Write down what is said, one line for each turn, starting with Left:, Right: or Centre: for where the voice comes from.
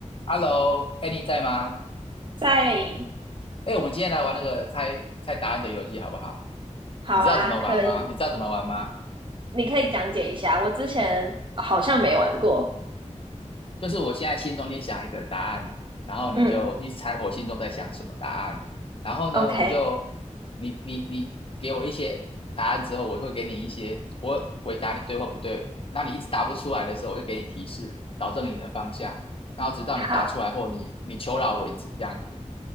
Left: Hello，哎，在吗？
Right: 在
Left: 哎，我们今天来玩那个猜猜答案的游戏，好不好？
Right: 好啊，
Left: 你知道怎么玩吗？
Right: 可以，
Left: 你知道怎么玩吗？
Right: 你可以讲解一下。我之前好像没玩过。
Left: 就是我现在心中先想一个答案，然后你就去猜我心中在想什么答案，
Right: 嗯
Left: 然后呢，
Right: ，OK，
Left: 我们就你你你给我一些答案之后，我会给你一些，我会回答你对或不对。那你一直答不出来的时候，我就给你提示，导正你的方向，然后直到你答出来或你你求饶为止，
Right: 好
Left: 这样子。